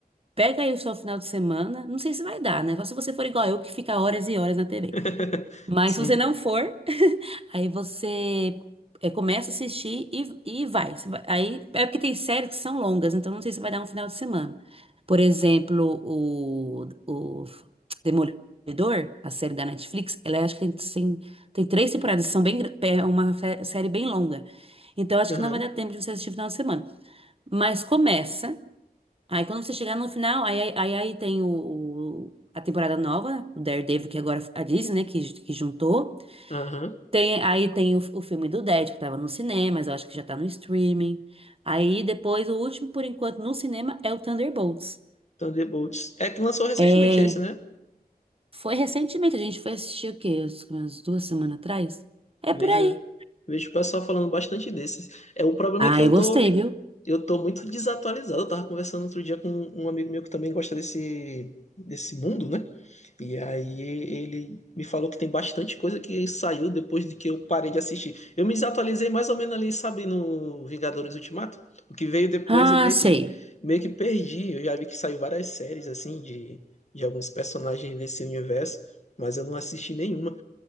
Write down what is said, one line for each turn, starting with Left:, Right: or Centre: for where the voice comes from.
Right: Pega aí o seu final de semana. Não sei se vai dar, né? Só se você for igual eu, que fica horas e horas na TV.
Left: <laughs>
Right: Mas
Left: Sim.
Right: se você não for, <laughs> aí você é, começa a assistir e, e vai. Você vai- Aí é porque tem séries que são longas, então não sei se vai dar um final de semana. Por exemplo, o, o Demolidor, a série da Netflix, ela é, acho que tem, tem, tem três temporadas, são bem, gr- é uma sé- série bem longa. Então acho
Left: Aham.
Right: que não vai dar tempo de você assistir no final de semana. Mas começa. Aí quando você chegar no final, aí, aí, aí aí tem o, o- a temporada nova, o Daredevil, que agora a Disney, né, que, que juntou.
Left: Aham.
Right: Tem, aí tem o, o filme do Dead, que tava no cinema, mas eu acho que já tá no streaming. Aí depois, o último, por enquanto, no cinema é o Thunderbolts.
Left: Thunderbolts. É que lançou recentemente
Right: É,
Left: esse, né?
Right: foi recentemente, a gente foi assistir o quê? Umas duas semanas atrás? É
Left: Vejo,
Right: por aí.
Left: vejo o pessoal falando bastante desses. É, o problema
Right: Ah,
Left: é que eu
Right: eu
Left: tô,
Right: gostei, viu?
Left: eu tô muito desatualizado. Eu tava conversando outro dia com um amigo meu que também gosta desse, desse mundo, né? E aí ele me falou que tem bastante coisa que saiu depois de que eu parei de assistir. Eu me desatualizei mais ou menos ali, sabe, no Vingadores Ultimato. O que veio depois
Right: Ah,
Left: eu meio
Right: sei.
Left: que, meio que perdi. Eu já vi que saiu várias séries, assim, de, de alguns personagens desse universo, mas eu não assisti nenhuma.